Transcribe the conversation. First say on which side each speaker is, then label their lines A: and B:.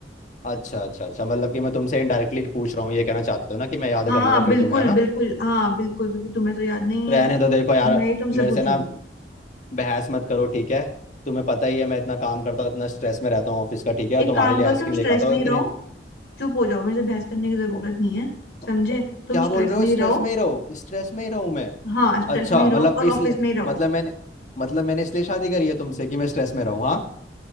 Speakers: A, on the left; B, on the left.
A: अच्छा अच्छा अच्छा मतलब कि मैं तुमसे इनडायरेक्टली पूछ रहा हूँ ये कहना चाहते हो ना कि मैं याद
B: हाँ
A: कर लूंगा
B: बिल्कुल
A: फिर तुम्हें है ना
B: बिल्कुल हाँ बिल्कुल क्योंकि तुम्हें तो याद नहीं
A: रहने
B: है
A: दो देखो यार
B: अब मैं ही तुमसे
A: मेरे
B: पूछूंगी
A: से ना बहस मत करो ठीक है तुम्हें पता ही है मैं इतना काम करता हूँ इतना स्ट्रेस में रहता हूँ ऑफिस का ठीक है
B: एक
A: तुम्हारे
B: काम
A: लिए
B: करो
A: आइसक्रीम
B: तुम स्ट्रेस
A: लेकर आता हूँ
B: में
A: इतनी
B: ही रहो चुप हो जाओ मेरे से बहस करने की जरूरत
A: ओ,
B: नहीं है
A: ओ,
B: समझे तुम
A: क्या
B: स्ट्रेस
A: बोल रहे
B: में
A: हो
B: ही
A: स्ट्रेस
B: रहो
A: में ही रहो स्ट्रेस में ही रहूँ मैं
B: हाँ स्ट्रेस
A: अच्छा
B: में ही रहो
A: मतलब
B: और
A: इसलिए
B: ऑफिस में ही रहो
A: मतलब मैंने मतलब मैंने इसलिए शादी करी है तुमसे कि मैं स्ट्रेस में रहूँ हाँ